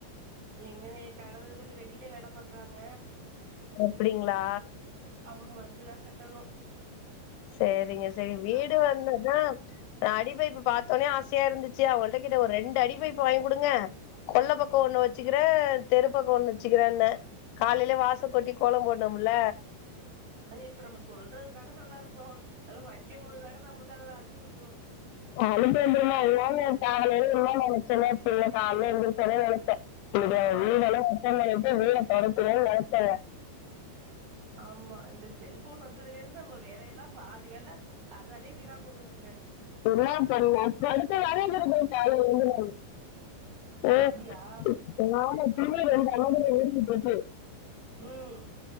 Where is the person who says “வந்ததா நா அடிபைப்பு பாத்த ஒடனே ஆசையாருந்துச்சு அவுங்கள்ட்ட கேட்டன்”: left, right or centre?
Left